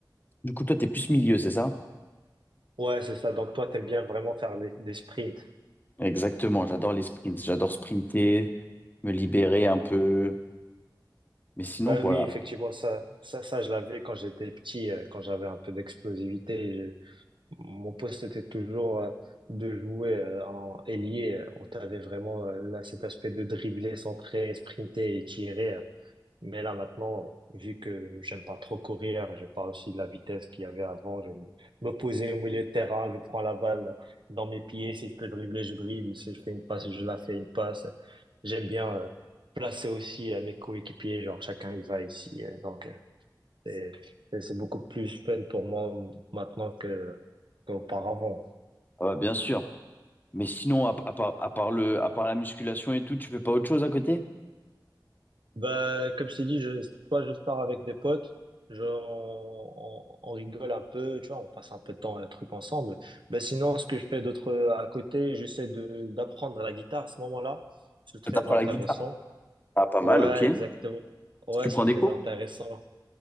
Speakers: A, on the left (about 25°); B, on the right (about 85°).
A: Du coup, toi, t'es plus milieu, c'est ça?
B: Ouais, c'est ça. Donc, toi, t'aimes bien vraiment faire les- des sprints.
A: Exactement, j'adore les sprints, j'adore sprinter, me libérer un peu. Mais sinon,
B: Bah
A: voilà,
B: oui, effectivement, ça, ça, ça, je l'avais quand j'étais petit, euh, quand j'avais un peu d'explosivité. Je- Mon poste était toujours euh, de jouer euh, en ailier. On avait vraiment euh, là cet aspect de dribbler, centrer, sprinter et tirer. euh, Mais là, maintenant, vu que j'aime pas trop courir, j'ai pas aussi de la vitesse qu'il y avait avant, je vais me poser au milieu de terrain, je prends la balle dans mes pieds, si je peux dribbler, je dribble, si je fais une passe, je la fais une passe. J'aime bien euh, placer aussi euh, mes coéquipiers, genre chacun il va ici. euh, donc, euh, c'est, c'est c'est beaucoup plus fun pour moi maintenant que, qu'auparavant.
A: Ah bah, bien sûr. Mais sinon, à, à part, à part le, à part la musculation et tout, tu fais pas autre chose à côté?
B: Bah, comme je t'ai dit, je, soit je pars avec des potes, je, on, on- on rigole un peu, tu vois, on passe un peu de temps, un truc ensemble. Bah, sinon, ce que je fais d'autre euh, à côté, j'essaie de d'apprendre la guitare à ce moment-là. C'est très
A: Ah, T'apprends
B: intéressant.
A: la guitare? Ah, pas
B: Ouais,
A: mal, ok.
B: exactement. Ouais,
A: Tu
B: c'est
A: prends
B: très
A: des cours?
B: intéressant.